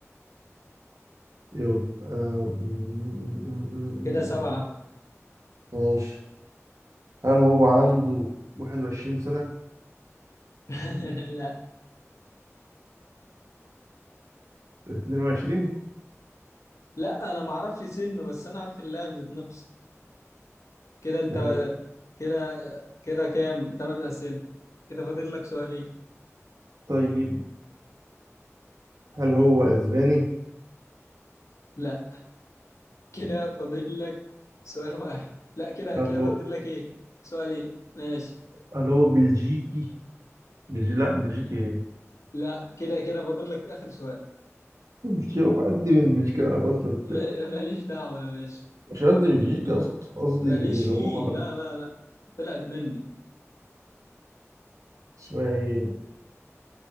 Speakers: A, on the right (about 80°); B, on the left (about 70°).
A: يبقى مم، مم، مم، مم،
B: كده سبعة
A: مم. ماشي هل هو عنده 21 سنة
B: <laughs> لا
A: 22
B: لا أنا ما أعرفش سنه بس أنا عارف اللاعب ذات نفسه كده أنت
A: ماشي.
B: كده كده كام ثمان أسئلة كده فاضل لك سؤالين
A: طيب هل هو أسباني
B: لا كده فاضل لك سؤال واحد لا كده
A: هل
B: كده
A: هو
B: فاضل لك ايه سؤالين ماشي
A: هل هو بلجيكي بلجي... لا بلجيكي ايه
B: لا كده كده فاضل لك اخر سؤال
A: بلجيكي هو في قد من بلجيكا أنا أصلا
B: <laughs>
A: في-
B: ما- ماليش دعوة يا باشا
A: مش قصدي بلجيكا أصلا قصدي
B: ماليش
A: اللي
B: فيه
A: هو
B: لا لا لا طلعت مني
A: اسمها ايه